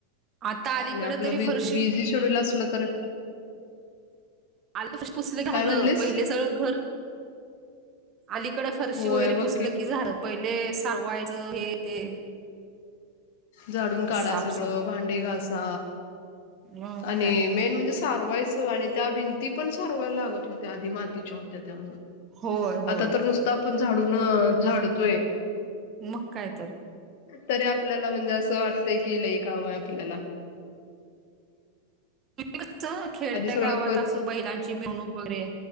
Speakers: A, on the right; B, on the left.
A: आता अलीकडे
B: आणि आपलं
A: तरी
B: बि
A: फरशी
B: बिझी शोड्यल असलं तर.
A: आलं पुसले झाालं
B: काय म्हणलीस
A: पहिले सळ घर. अलीकड फरशी
B: होय
A: वगैरे
B: बघ
A: पुसलं की झालं पहिले सवायचं हे ते.
B: झाडून काढा
A: साफसाफ
B: सगळं भांडी घासा
A: मग
B: आणि
A: काय
B: मेन म्हणजे. सारवायचं आणि त्या भिंती पण सारवायला लागत होत्या आधी मातीच्या होत्या त्यामु.
A: होय होय
B: आता तर नुसता आपण झाडून झाडतोय.
A: मग काय तर
B: तरी आपल्याला म्हणजे असं वाटतंय कि लई काम आहे आपल्याला.
A: कस खेड्या
B: आधी सगळं
A: गावात
B: क
A: असं बैलांची मिरवणूक वगैरे